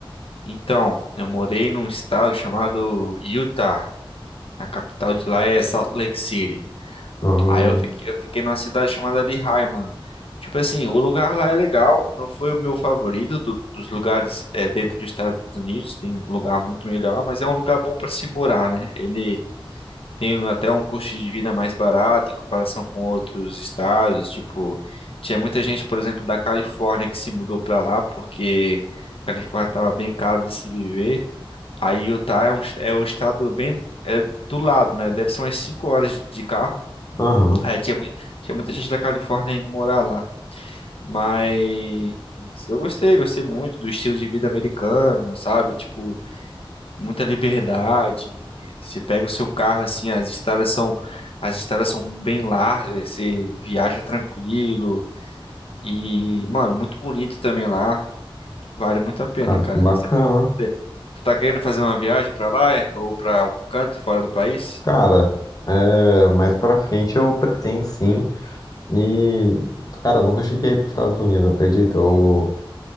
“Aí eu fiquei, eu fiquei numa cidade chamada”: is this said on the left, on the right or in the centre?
Left